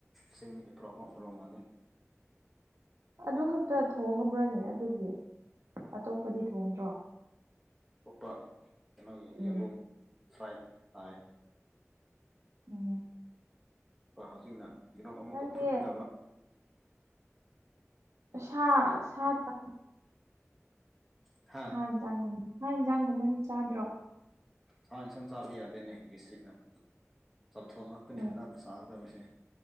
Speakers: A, in the centre; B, on the right (about 75°).
A: ꯆꯦꯡꯅꯤꯒꯤ ꯄꯣꯔꯣꯛ ꯃꯔꯣꯔꯣꯛ ꯃꯥꯜꯂꯤꯦ
B: ꯑꯗꯨ ꯈꯛꯇ ꯊꯣꯡꯉꯕ꯭ꯔꯅꯦ ꯑꯗꯨꯒꯤ ꯑꯇꯣꯞꯄꯗꯤ ꯊꯣꯡꯗ꯭ꯔꯣ
A: ꯑꯇꯣꯞꯄ ꯀꯩꯅꯣꯒꯤ
B: ꯎꯝ
A: ꯌꯦꯟꯂꯣꯝ ꯁ꯭ꯔꯥꯏꯠ ꯇꯥꯏ
B: ꯑꯣ
A: ꯍꯧꯖꯤꯛꯅ ꯌꯦꯔꯣꯝ ꯑꯃꯨꯛꯀ
B: ꯅꯪꯗꯤ
A: ꯐꯨꯠꯀꯗꯕ
B: ꯁꯥ ꯁꯥ ꯇ
A: ꯍꯥ
B: ꯊꯥ ꯏꯟꯖꯥꯡꯒꯨꯝ ꯊꯥ ꯌꯦꯟꯖꯥꯡꯒꯨꯝꯕꯗꯤ ꯆꯥꯗ꯭ꯔꯣ
A: ꯁꯥꯅ ꯁꯝ ꯆꯥꯕ ꯌꯥꯗꯦꯅꯦ ꯗꯤꯁꯇ꯭ꯔꯤꯛꯅ ꯆꯝꯊꯣꯡ ꯉꯥꯛꯇꯅꯦ
B: ꯑꯦ
A: ꯍꯟꯗꯛꯅ ꯆꯥꯒꯗꯕꯁꯦ